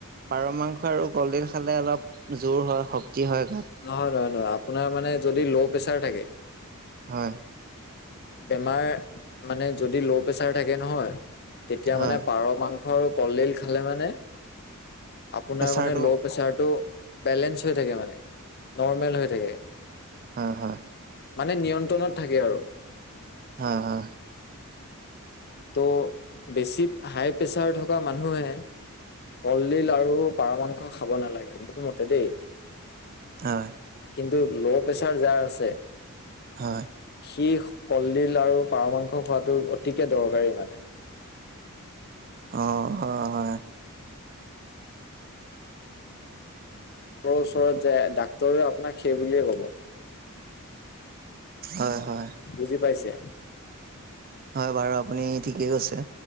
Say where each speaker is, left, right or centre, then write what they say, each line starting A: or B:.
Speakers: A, on the right; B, on the left.
A: পাৰ মাংস আৰু কলডিল খালে অলপ জোৰ হয় শক্তি হয় গাত
B: নহয় নহয় নহয় আপোনাৰ মানে যদি ল' প্ৰেছাৰ থাকে
A: হয়
B: বেমাৰ মানে যদি ল' প্ৰেচাৰ থাকে নহয় তেতিয়া
A: হয়
B: মানে পাৰ মাংস আৰু কলদিল খালে মানে আপোনাৰ
A: প্ৰেছাৰটো
B: মানে ল' প্ৰেচাৰটো বেলেঞ্চ হৈ থাকে মানে নৰ্মেল হৈ থাকে
A: হয় হয়
B: মানে নিয়ন্ত্ৰণত থাকে আৰু
A: হ হা
B: ত' বেছি হাই প্ৰেছাৰ থকা মানুহে কলডিল আৰু পাৰ মাংস খাব নালাগে মোৰ মতে দেই
A: হয়
B: কিন্তু ল' প্ৰেচাৰ যাৰ আছে
A: হয়
B: সি কলডিল আৰু পাৰ মাংস খোৱাাতটো অতিকে দৰকাৰী মানে
A: অ হয় হয়
B: ৰ ওচৰত যায় ডাক্তৰে আপোনাক সেই বুলিয়েই ক'ব
A: হয় হয়
B: বুজি পাইছে
A: হয় বাৰু আপুনি ঠিকেই কৈছে